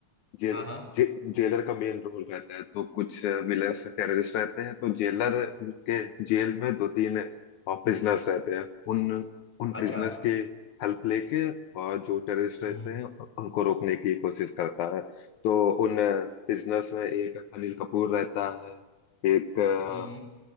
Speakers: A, on the left; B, in the centre.
A: जेल
B: हाँ हाँ
A: जे, जेलर का मेन रोल रहता है तो कुछ विलन्स टेररिस्ट रहते हैं तो जेलर के जेल में दो तीन प्रिजनर्स रहते हैं उन उन
B: अच्छा
A: प्रिजनर्स की हेल्प लेके और जो टेररिस्ट
B: हम्म
A: रहते
B: हम्म
A: हैं उनको रोकने की कोशिश करता है तो उन प्रिजनर्स में एक अनिल कपूर रहता है एक अ,
B: हम्म हम्म,